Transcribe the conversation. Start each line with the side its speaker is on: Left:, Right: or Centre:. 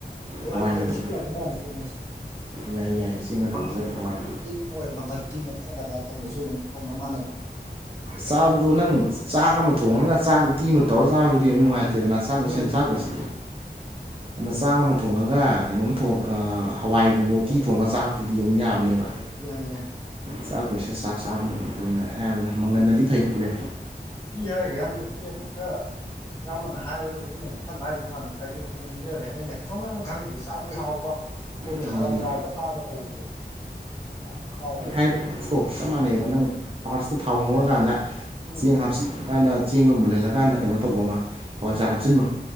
Left: ꯍꯋꯥꯏꯗ
Right: ꯍꯋꯥꯏꯅ
Left: ꯇꯣꯡꯅꯁꯨ
Right: ꯇꯧꯕ
Left: ꯌꯥꯕ ꯃꯥꯜꯂꯦ ꯀꯨꯝꯍꯣꯏꯁꯦ
Right: ꯌꯥꯏ ꯌꯥꯏ ꯆꯦꯡꯅ ꯇꯧꯕꯁꯨ
Left: ꯃꯥꯡ
Right: ꯌꯥꯏ ꯍꯋꯥꯏ
Left: ꯍꯣꯏ ꯃꯪꯒꯟ ꯇꯤꯡꯉ ꯈꯣꯠꯂꯒ ꯇꯧꯕꯁꯨ ꯑꯗꯨꯝ ꯇꯧꯅ ꯃꯥꯜꯂꯦꯕ
Right: ꯆꯥꯕꯗꯣ ꯅꯪ ꯆꯥꯛ ꯑꯃ ꯊꯣꯡꯉꯒꯅ ꯆꯥꯛ ꯎꯇꯤ ꯑꯃ ꯇꯧꯔꯒ ꯆꯥꯕꯗꯨꯗꯤ ꯌꯥꯝ ꯉꯥꯏꯇꯦ ꯆꯦꯗꯅ ꯆꯥꯛ
Left: ꯅꯨꯡꯉꯥꯏꯇꯦ
Right: ꯃꯁꯦꯟ ꯆꯥꯛꯄꯁꯦ
Left: ꯅꯨꯡꯉꯥꯏꯇꯦ
Right: ꯑꯗꯨꯅ ꯆꯥꯛ ꯑꯃ ꯊꯣꯡꯉꯒ ꯀꯩꯅꯣꯝꯃ ꯊꯣꯡ ꯍꯋꯥꯏꯒꯨꯝꯕ ꯎꯇꯤ ꯊꯣꯡꯉꯒ ꯆꯥꯕꯗꯨꯗꯤ ꯑꯃꯨꯛ ꯌꯥꯕꯅꯦꯕ
Left: ꯌꯥꯏ ꯌꯥꯏ
Right: ꯆꯥꯛꯄꯣꯠꯁꯦ ꯆꯥꯛ ꯆꯥꯕ ꯑꯌꯥꯝꯕꯅ ꯃꯪꯒꯟꯅꯗꯤ ꯐꯩ ꯈꯜꯂꯦ
Left: ꯎꯠꯇꯤ ꯍꯥꯏꯔꯒꯦ ꯌꯥꯝ ꯎꯇꯤꯅꯕꯨ ꯈ꯭ꯔ ꯑꯌꯥꯝꯕꯅ ꯍꯥꯏꯕꯒ ꯑꯗꯨꯒꯝꯅꯕꯨ ꯈꯜꯂ ꯍꯥꯏꯗꯧ ꯃꯥꯜꯂꯦ ꯆꯒꯦꯝ ꯄꯣꯝꯕꯁꯤ ꯑꯣꯏꯔꯦ ꯑꯩꯅ ꯈꯨꯡꯒꯪ ꯈꯪꯗꯗꯤ ꯆꯥꯕꯗꯤ ꯍꯥꯎꯕ ꯑꯩꯈꯣꯏꯒꯤ
Right: ꯃꯥꯅꯤ
Left: ꯍꯋꯥꯏꯖꯥꯔꯒ ꯊꯥꯛꯑꯒ ꯇꯧꯕꯗꯣ ꯌꯥꯝ ꯍꯥꯎꯋꯦ
Right: ꯇ ꯆꯞ ꯃꯥꯟꯅꯩꯑꯕ ꯅꯪ ꯐꯥꯔꯁꯇꯣ ꯊꯥꯎ ꯉꯧꯔꯀꯥꯟꯗ
Left: ꯎꯝ
Right: ꯆꯦꯡ ꯍꯥꯞ ꯁꯤꯜꯂꯀꯥꯟꯗ ꯆꯦꯡꯗꯣ ꯃꯨꯜꯍꯜꯂꯀꯥꯟꯗ ꯀꯩꯅꯣ ꯇꯧꯕ ꯑꯃ ꯍꯋꯥꯏ
Left: ꯎꯝ
Right: ꯆꯥꯛ ꯍꯥꯞꯆꯤꯟꯕ